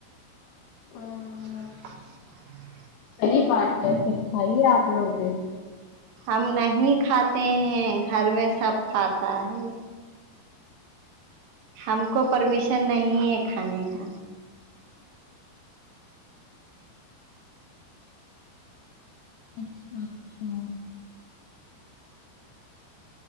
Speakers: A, on the left; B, on the right.
A: آمم
B: <inaudible>
A: صحیح بات ہے پھر کھائیے آپ لوگ بھی
B: ہم نہیں کھاتے ہیں گھر میں سب کھاتا ہے ہم کو پرمیشن نہیں ہے کھانے کا
A: اچھا اچھا